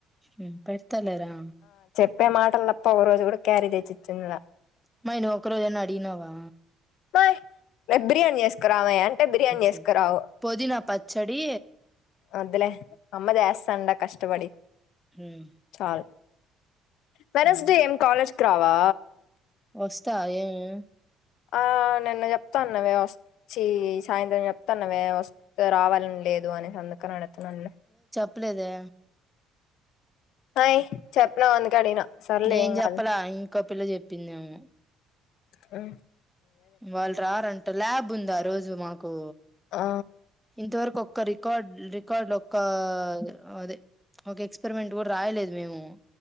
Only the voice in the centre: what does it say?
హుమ్ పెడ్ తలేరా
మరి నువ్ ఒక్కరోజన్న అడిగినావా
సరే పొదినా పచ్చడి
ఉమ్,
మరి
ఒస్తా ఏమి
ప్పులేదే
నేను
చెప్పలా
ఇంకో పిల్ల చెప్పిందేమో
వాళ్ రారంట ల్యాబ్ ఉందారోజు మాకు
ఇంతవరకు ఒక్క రికార్డ్ రికార్డ్ లొక్క అదే ఒక ఎక్స్పెరిమెంట్ కూడ రాయలేదు మేము